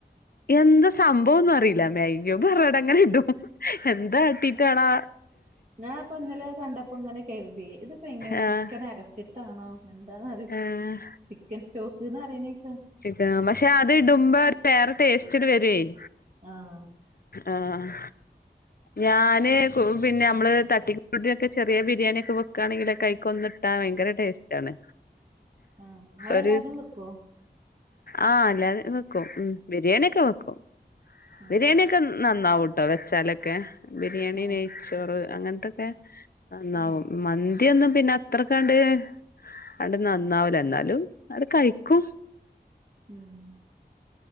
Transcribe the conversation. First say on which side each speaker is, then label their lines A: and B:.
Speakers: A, on the left; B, on the right.
A: എന്താ സംഭവം ഒന്നും അറിയില്ല. മേഗീക്യൂബ് പറഞ്ഞിട്ടങ്ങനെ ഇടും. എന്താ ആട്ടീട്ടാടാ
B: ഞാൻ ഇപ്പ ഇന്നലെ കണ്ടപ്പോ ഇങ്ങനെ കേരുതി. ഇതിപ്പോ ഇങ്ങനെ
A: ആഹ്
B: ചിക്കൻ അരച്ചിട്ടാണോ? എന്താന്നറീ
A: ആഹ്
B: ചിക്കൻ സ്റ്റോക്ക്ന്ന് അറീണേക്കാ
A: ചിക്കന് പക്ഷെ അത് ഇടുമ്പോ വേറെ ടേസ്റ്റ് വരുവേയ്.
B: ആഹ്
A: ആഹ്
B: <inaudible>
A: ഞാന് പിന്നെ നമ്മള് തട്ടിക്കൂട്ടിനൊക്കെ ചെറിയ ബിരിയാണിയൊക്കെ വെക്കാണെങ്കിലൊക്കെ അയിക് കൊന്നിട്ട ഭയങ്കര ടേസ്റ്റ് ആണ്.
B: ആ ഇങ്ങളെല്ലാതും
A: ഒരു
B: വെക്കുവോ?
A: ആ അല്ലാതേം വെക്കും. മ്മ് ബിരിയാണിയൊക്കെ വെക്കും.
B: ഉം
A: ബിരിയാണിയൊക്കെ നന്നാ- ന്നാവൂട്ടോ വെച്ചാലൊക്കെ. ബിരിയാണി,
B: ആഹ്
A: നെയ്ച്ചോറ് അങ്ങനത്തൊക്കെ നന്നാവും.
B: ആഹ്
A: മന്തി ഒന്നും പിന്നെ അത്രക്കങ്ങട് ആണ്ട് നന്നാവൂല്ല. എന്നാലും അങ്ങട് കഴിക്കും.
B: മ്മ്